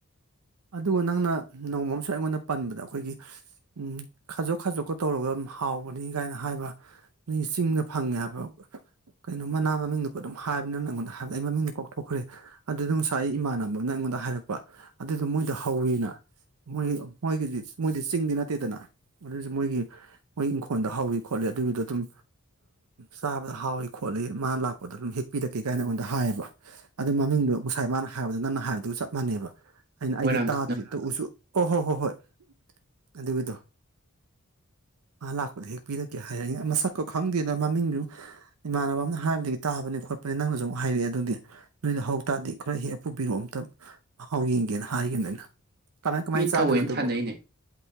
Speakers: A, on the right; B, on the right.
A: ꯑꯗꯨꯒ ꯅꯪꯅ ꯅꯣꯡꯃ ꯑꯃꯁꯨ ꯑꯩꯉꯣꯟꯗ ꯄꯟꯕꯗ ꯑꯩꯈꯣꯏꯒꯤ ꯎꯝ ꯈꯥꯖꯣꯛ ꯈꯥꯖꯣꯛꯀ ꯇꯧꯔꯒ ꯑꯗꯨꯝ ꯍꯥꯎꯕꯅꯤ ꯀꯥꯏꯅ ꯍꯥꯏꯕ ꯅꯣꯏ ꯆꯤꯡꯗ ꯐꯪꯉꯦ ꯍꯥꯏꯕ ꯀꯩꯅꯣ ꯃꯅꯥ ꯃꯃꯤꯡꯗꯨꯣ ꯑꯗꯨꯝ ꯍꯥꯏꯕꯅꯤꯅ ꯑꯩꯉꯣꯟꯗ ꯍꯥꯏꯕꯗ ꯑꯩ ꯃꯃꯤꯡꯗꯨꯣ ꯀꯣꯛꯊꯣꯛꯈ꯭ꯔꯦ ꯑꯗꯨꯗꯣ ꯉꯁꯥꯏ ꯑꯩ ꯏꯃꯥꯟꯅꯕꯅ ꯑꯩꯉꯣꯟꯗ ꯍꯥꯏꯔꯛꯄ ꯑꯗꯨꯗꯣ ꯃꯣꯏꯗ ꯍꯧꯋꯦꯅ ꯃꯣꯏ ꯃꯣꯏꯒꯤꯗꯤ ꯃꯣꯏꯗꯤ ꯆꯤꯡꯗꯤ ꯅꯠꯇꯦꯗꯅ ꯑꯗꯨꯏꯁꯨ ꯃꯣꯏꯒꯤ ꯃꯣꯏ ꯏꯪꯈꯣꯜꯗ ꯍꯧꯥꯎꯋꯤ ꯈꯣꯠꯂꯤ ꯑꯗꯨꯒꯤꯗ ꯑꯗꯨꯝ ꯆꯥꯕꯗ ꯍꯥꯎꯏ ꯈꯣꯠꯂꯤ ꯃꯥꯅ ꯂꯥꯛꯄꯗ ꯑꯗꯨꯝ ꯍꯦꯛꯄꯤꯔꯛꯀꯦ ꯀꯥꯏꯅ ꯑꯩꯉꯣꯟꯗ ꯍꯥꯏꯌꯦꯕ ꯑꯗꯨ ꯃꯃꯤꯡꯗꯣ ꯉꯁꯥꯏ ꯃꯥꯅ ꯍꯥꯏꯕꯗꯣ ꯅꯪꯅ ꯍꯥꯏꯕꯗꯨ ꯆꯞ ꯃꯥꯟꯅꯩꯕ ꯑꯩꯅ ꯑꯩꯗꯤ
B: ꯃꯣꯏꯔꯥꯡ
A: ꯇꯥꯗ꯭ꯔꯤ
B: ꯀꯥꯟꯅ
A: ꯇꯧꯎꯁꯨ ꯍꯣꯏ ꯍꯣꯏ ꯍꯣꯏ ꯑꯗꯨꯗꯣ ꯃꯥ ꯂꯥꯛꯄꯗ ꯍꯦꯛ ꯄꯤꯔꯛꯀꯦ ꯍꯥꯏꯌꯦ ꯃꯁꯛꯀ ꯈꯪꯗꯦꯗ ꯃꯃꯤꯡꯗꯨ ꯏꯃꯥꯟꯅꯕ ꯑꯃꯅ ꯍꯥꯏꯕꯗꯒꯤ ꯇꯥꯕꯅꯤ ꯈꯣꯠꯄꯅꯤ ꯅꯪꯅꯁꯨ ꯑꯃꯨꯛ ꯍꯥꯏꯔꯛꯑꯦ ꯑꯗꯨꯗꯤ ꯅꯣꯏꯗ ꯍꯧꯇꯥꯔꯗꯤ ꯈꯔ ꯍꯦꯛꯑꯥ ꯄꯨꯕꯤꯔꯛꯑꯣ ꯑꯝꯇꯪ ꯃꯍꯥꯎ ꯌꯦꯡꯒꯦꯅ ꯍꯥꯏꯈꯤꯕꯅꯦ ꯑꯩꯅ ꯀꯃꯥꯏ ꯀꯃꯥꯏꯅ
B: ꯃꯤ
A: ꯆꯥꯗꯣꯏꯅꯣ
B: ꯊꯧꯑꯣꯏꯅ
A: ꯑꯗꯨꯕꯣ
B: ꯊꯅꯩꯅꯦ